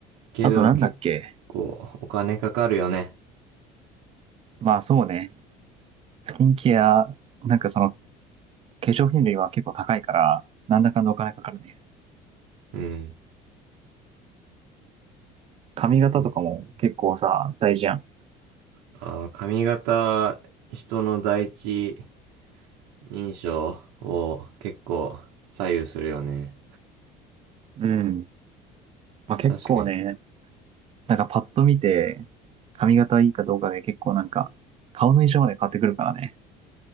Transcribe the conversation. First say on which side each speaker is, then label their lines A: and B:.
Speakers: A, on the right; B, on the right.
A: けど、
B: あとなんだっけ。
A: 結構お金かかるよね。
B: まあそうね、スキンケア、なんかその化粧品類は結構高いから、なんだかんだお金かかるね。
A: うん。
B: 髪型とかも結構さ、
A: うん。
B: 大事やん。
A: ああ、髪型、人の第一印象を結構左右するよね。
B: うん。まあ結構ね、
A: 確かに。
B: なんかパッと見て、髪型いいかどうかで結構なんか、顔の印象まで変わってくるからね。